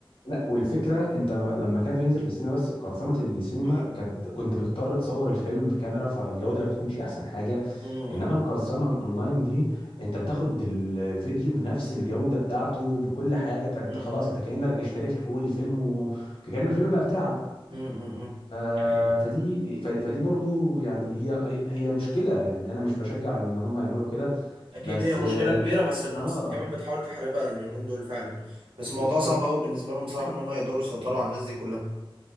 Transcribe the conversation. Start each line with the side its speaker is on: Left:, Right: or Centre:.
Left: لا والفكره انت م- لما كان بينزل في السينما بس قرصنه السينما
Right: يعني
Left: كانت كنت بتضطر تصور الفيلم بكاميرا فالجوده ما بتكونش احسن حاجه
Right: مم.
Left: انما القرصنه الاونلاين دي انت بتاخد الفيديو بنفس الجوده بتاعته بكل حاجه فانت
Right: مم.
Left: خلاص انت كانك اشتريت حقوق الفيلم وكأن الفيلم بقى بتاعك
Right: مم. مم.
Left: ف-
Right: دي حقيقة.
Left: فدي ف- فدي برضو يعني هي هي هي مشكله يعني انا مش بشجع ان هم يعملوا كده
Right: اكيد
Left: بس
Right: هي مشكله
Left: اه
Right: كبيره بس المنصات
Left: آه،
Right: كمان بتحاول تحاربها اليومين دول فعلا بس الموضوع
Left: بالظبط
Right: صعب قوي بالنسبه لهم بصراحه ان هم يقدروا يسيطروا على الناس دي كلها